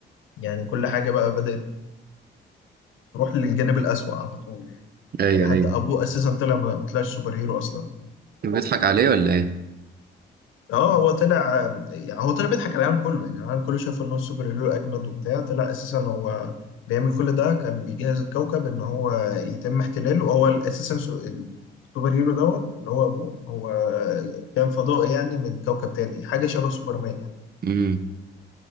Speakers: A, on the left; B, on the right.
A: يعني كل حاجه بقى بدأت روح للجانب الأسوأ على طول يعني مفيش
B: ايوه
A: حاجة حتى
B: ايوه
A: أبوه أساسا طلع ما ما طلعش سوبر هيرو أصلا
B: بيضحك عليه ولا ايه
A: اه هو طلع يعني هو طلع بيضحك على العالم كله يعني العالم كله شاف ان هو السوبر هيرو اجمد وبتاع طلع اساسا هو بيعمل كل ده كان بيجهز الكوكب ان هو يتم احتلاله هو اساسا سو- السوبر هيرو دوت اللي هو ابوه هو كان فضائي يعني من كوكب تاني حاجه شبه سوبرمان يعني
B: امم